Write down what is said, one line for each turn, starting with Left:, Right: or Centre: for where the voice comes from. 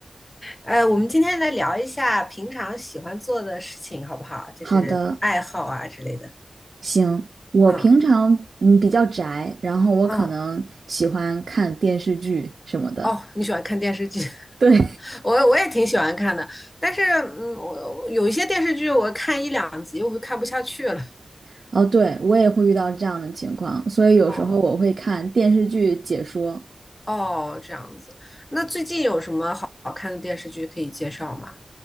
Left: 呃，我们今天来聊一下平常喜欢做的事情，好不好？就是爱好啊之类的。
Right: 好的，行。我平常嗯比较宅，
Left: 嗯
Right: 然后我可能喜欢看电视剧什么的。
Left: 嗯哦，你喜欢看电视剧？<laughs>
Right: 对，
Left: 我我也挺喜欢看的，但是嗯，我我有一些电视剧我看一两集我就看不下去了。
Right: <laughs> 哦，对，我也会遇到这样的情况，所以有时候我会看电视剧解说。
Left: 哦哦，这样子。那最近有什么好好看的电视剧可以介绍吗？